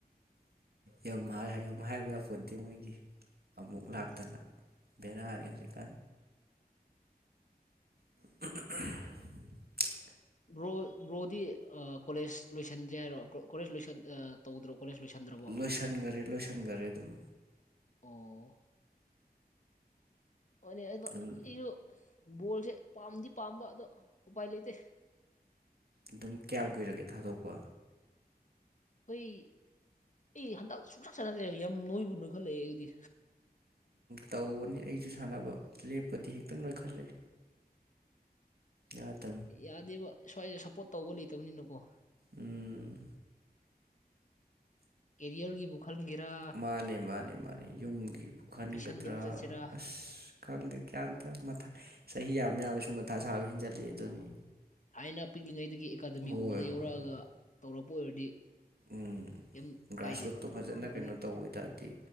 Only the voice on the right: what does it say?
ꯌꯥꯝ ꯌꯥꯝ ꯍꯥꯏꯕ ꯌꯥꯄꯣꯟꯇꯦ ꯃꯣꯏꯒꯤ꯫ ꯑꯃꯨꯛ
ꯂꯥꯛꯇꯅ ꯕꯦꯔꯥꯅꯤ ꯍꯧꯖꯤꯛꯀꯥꯟ꯫ <unintelligible>
ꯂꯣꯏꯁꯤꯟꯈꯔꯦ ꯂꯣꯏꯁꯤꯟꯈꯔꯦ ꯑꯗꯨꯝ꯫
ꯑꯗꯨꯝ
ꯑꯗꯨꯝ ꯀꯌꯥꯝ ꯀꯨꯏꯔꯒꯦ ꯊꯥꯗꯣꯛꯄ꯫
ꯇꯧꯕꯅꯤ ꯑꯩꯁꯨ ꯁꯥꯟꯅꯕ ꯂꯦꯞꯄꯗꯤ ꯍꯦꯛꯇ ꯅꯣꯏꯈꯠꯂ ꯌꯥꯗ
ꯎꯝ
ꯃꯥꯅꯦ ꯃꯥꯅꯦ ꯃꯥꯅꯦ ꯌꯨꯝꯒꯤꯕꯨ ꯈꯟꯒꯗ꯭ꯔꯥ
ꯑꯁ ꯈꯪꯗꯦ ꯀ꯭ꯌꯥꯇ ꯆꯍꯤ ꯌꯥꯝꯕ ꯌꯥꯝꯕꯁꯨ ꯃꯊꯥ ꯁꯥꯕ ꯍꯦꯟꯖꯜꯂꯤ ꯑꯗꯨꯅꯤ
ꯍꯣꯏ ꯍꯣꯏ
ꯍꯣꯏ
ꯎꯝ
ꯒ꯭ꯔꯥꯁꯔꯨꯠꯇꯣ
ꯐꯖꯅ
ꯀꯩꯅꯣ ꯇꯧꯕ ꯑꯣꯏ ꯇꯔꯗꯤ